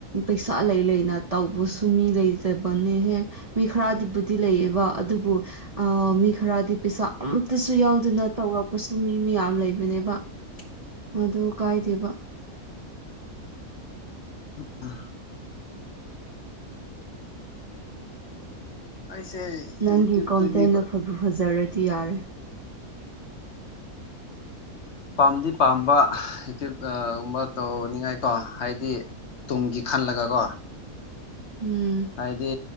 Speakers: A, on the right; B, on the left.
A: ꯄꯩꯁꯥ ꯂꯩ ꯂꯩꯅ ꯇꯧꯕꯁꯨ ꯃꯤ ꯂꯩꯇꯕꯅꯦꯍꯦ ꯃꯤ ꯈꯔꯗꯤꯕꯨꯗꯤ ꯂꯩꯌꯦꯕ ꯑꯗꯨꯕꯨ ꯃꯤ ꯈꯔꯗꯤ ꯄꯩꯁꯥ ꯑꯝꯇꯁꯨ ꯌꯥꯎꯗꯅ ꯇꯧꯔꯛꯄ ꯇꯨꯝꯃꯤ ꯃꯤ ꯌꯥꯝ ꯂꯩꯕꯅꯦꯕ ꯑꯗꯨ ꯀꯥꯏꯗꯦꯕ
B: ꯎ ꯑꯩꯁꯦ
A: ꯅꯪꯒꯤ
B: ꯌꯨꯇ꯭ꯌꯨꯕꯇꯒꯤ
A: ꯀꯣꯟꯇꯦꯟ ꯑꯐꯕ ꯐꯖꯔꯗꯤ ꯌꯥꯔꯦ
B: ꯄꯥꯝꯗꯤ ꯄꯥꯝꯕ ꯍꯥꯏꯇꯞ ꯨꯝꯕ ꯇꯧꯅꯤꯡꯉꯥꯏꯀꯣ ꯍꯥꯏꯗꯤ ꯇꯨꯡꯒꯤ ꯈꯜꯂꯒꯀꯣ
A: ꯎꯝ
B: ꯍꯥꯏꯗꯤ